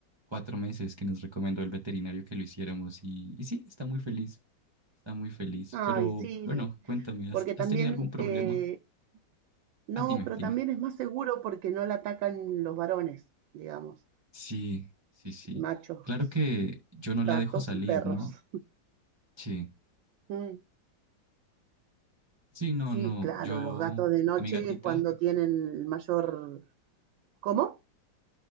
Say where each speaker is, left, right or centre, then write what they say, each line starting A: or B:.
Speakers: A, on the right; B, on the right.
A: cuatro meses que nos recomendó el veterinario que lo hiciéramos y, y sí, está muy feliz, está muy feliz.
B: Ay,
A: Pero
B: sí,
A: bueno, cuéntame,
B: porque
A: ¿has,
B: también,
A: has tenido algún problema?
B: eh, no,
A: Ah, dime,
B: pero
A: dime.
B: también es más seguro porque no la atacan los varones, digamos,
A: Sí, sí, sí.
B: machos,
A: Claro que yo no
B: gatos
A: la dejo salir,
B: y perros.
A: ¿no?
B: <laughs>
A: Sí.
B: Mm,
A: Sí, no,
B: Sí,
A: no.
B: claro,
A: Yo,
B: los gatos de noche
A: a mi gatita
B: es cuando tienen el mayor... ¿Cómo?